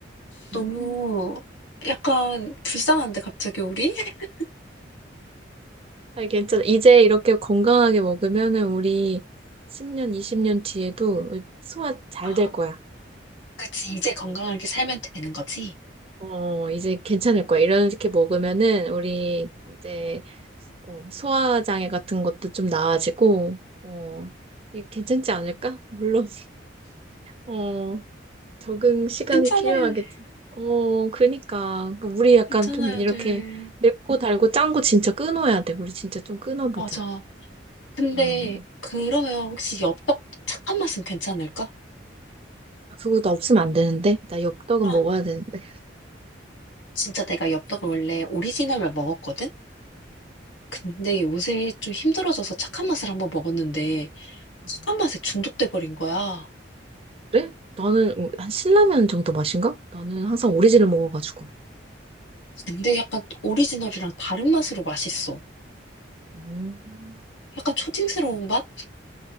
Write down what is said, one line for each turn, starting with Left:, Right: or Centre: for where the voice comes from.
Left: 너무
Right: 음.
Left: 약간 불쌍한데 갑자기 우리? <laughs>
Right: 아니, 괜찮아. 이제 이렇게 건강하게 먹으면은 우리 10년, 20년 뒤에도 소화 잘
Left: 아,
Right: 될 거야.
Left: 그치. 이제 건강하게 살면 되는 거지?
Right: 어, 이제 괜찮을 거야. 이렇게 먹으면은 우리 이제 어, 소화장애 같은 것도 좀 나아지고, 어, 이게 괜찮지 않을까? 물론 어, 적응 시간이
Left: 괜찮아야
Right: 필요하겠지.
Left: 해.
Right: 어, 그니까. 그러니까 우리 약간
Left: 괜찮아야
Right: 좀 이렇게
Left: 돼.
Right: 맵고 달고 짠 거 진짜 끊어야 돼. 우리 진짜 좀 끊어보자.
Left: 맞아. 근데
Right: 음.
Left: 그러면 혹시 엽떡 착한 맛은 괜찮을까?
Right: 그거 나 없으면 안 되는데? 나 엽떡은
Left: 아,
Right: 먹어야 되는데.
Left: 진짜 내가 엽떡을 원래 오리지널만 먹었거든? 근데 요새 좀 힘들어져서 착한 맛을 한번 먹었는데 착한
Right: 어,
Left: 맛에 중독돼 버린 거야.
Right: 그래? 나는 어, 한 신라면 정도 맛인가? 나는 항상 오리지를 먹어가지고.
Left: 근데 약간 또 오리지널이랑 다른 맛으로 맛있어.
Right: 음.
Left: 약간 초딩스러운 맛?